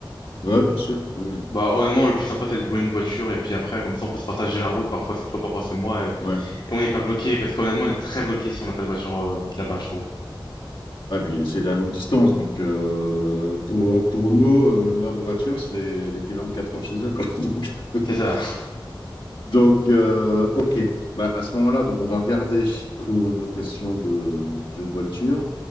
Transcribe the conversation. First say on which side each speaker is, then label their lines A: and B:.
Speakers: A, on the left (about 70°); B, on the left (about 60°).
A: Ouais, bien sûr. Oui.
B: Bah, honnêtement, le plus sympa, c'est de louer une voiture, et puis après, comme ça, on peut se partager la route. Parfois, c'est toi, parfois, c'est moi. Et
A: Ouais.
B: on n'est pas bloqué, parce qu'honnêtement, on est très bloqué si on n'a pas de voiture euh, là-bas, je trouve.
A: Ah, puis c'est la longue distance, donc euh, pour, pour nous, euh, une heure de voiture, c'est l'équivalent de quatre heures chez eux, quoi. <laughs>
B: C'est ça.
A: Donc, donc, euh, ok. Bah, à ce moment-là, donc on va regarder pour une location de, de voiture.